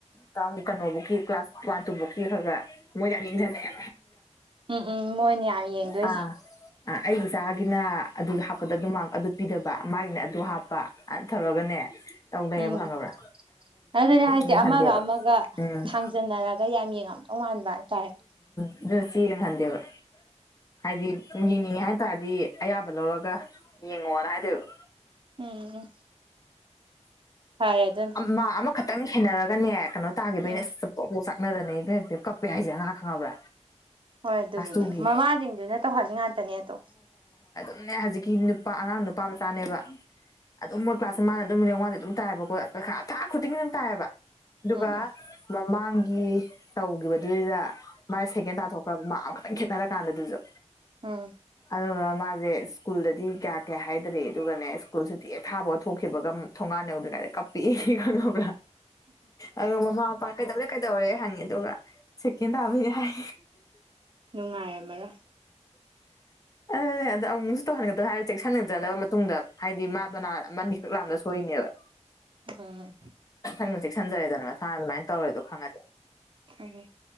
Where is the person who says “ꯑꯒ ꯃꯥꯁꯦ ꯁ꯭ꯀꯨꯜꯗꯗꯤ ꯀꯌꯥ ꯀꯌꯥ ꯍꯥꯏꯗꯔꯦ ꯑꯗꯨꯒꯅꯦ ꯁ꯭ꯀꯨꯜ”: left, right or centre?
Left